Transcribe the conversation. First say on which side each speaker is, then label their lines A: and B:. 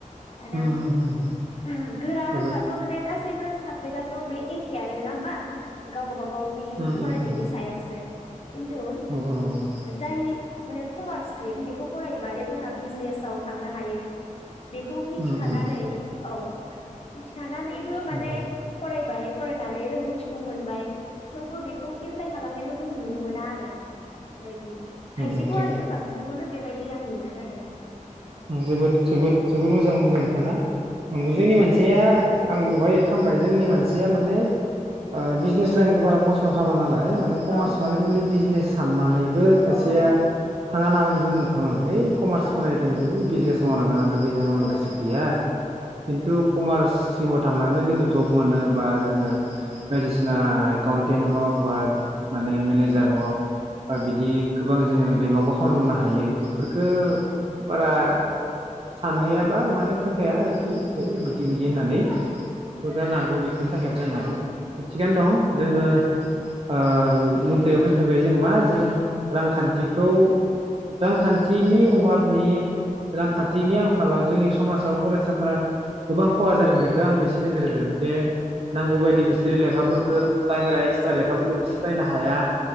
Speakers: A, on the left; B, on the right.
A: आरो
B: उम उम उम उम
A: <unintelligible> गोरा
B: जोबोद
A: होनबाथ माने गासैबो साबजेक्टआ थ बे एखेयानो नङा होमबा गावबा गाव गावनि
B: उम
A: फरायनायनि
B: उम उम
A: सायावसो। खिन्थु
B: नंगौ नंगौ
A: जाय माने कमार्स स्ट्रिम बेखौ फरायोबा दे जोंहा बिजनेसाव थांनो हायो बेखौ मिथिखानानै
B: उम उम
A: औ <inaudible> थानानैबो माने
B: नंगौ
A: फरायबाय फरायनानै रोंगौथिखौ मोनबाय थेवबो बेखौ एप्लाइ खालामनायखौ जों नुनो मोना आरो बेबायदि बि
B: उम
A: खायसेखौ
B: जोबोद
A: आरो बांसिनखौनो बेबायदि आं नुदों। औ
B: जोबोद जोबोद जोबोद मोजां मोजां नोंथांङा नंगौ
A: औ
B: जोंनि मानसिया आं बहाय एद खामबाय जोंनि मानसिया माने ओ बिजनेस लाइनखौ बारा फसन खामा नालाय माने कमार्स
A: औ
B: माने अनलि बिजनेस साननानै बो खायसेया
A: औ
B: थाङा नामा बिदिबो नंखाङो आं है कमार्स
A: औ
B: फराय बिजनेसो मावनांगोन आं बिजनेस मावनो
A: बेखौनो
B: गोसो गैया खिन्थु कमार्स सिमाव थांनानै जोङो जब मोनो बा जोङो बायदिसिना एकाउन्टेन्ट हक बा माने मेनेजार हक ओ बिदि गोबां जोङो बेंकआवबो खामानि मावनो हायो इफोरखो बारा सानहैयाबा माने खोथाया आरोखि होय बिदि बिदि होननानै जानो हागौ बेफोरनि थाखायबो जानो हागौ थिगनो दं जोङो मुदायाव फैफिनबाय जोंङो मा जों रांखान्थिखौ रांखान्थिनि अभाब नि रांखान्थिनि आंखालाव जोंनि समाजाव फरायसाफोरा गोबां खहा जादों बेखौ आंबो एसे नोजोर होदों जे नांगौ बायदि बिसोरो लेखाफोर ओ बाहेरा एक्सट्रा लेखाफोरखोबो बिसोर बायनो हाया।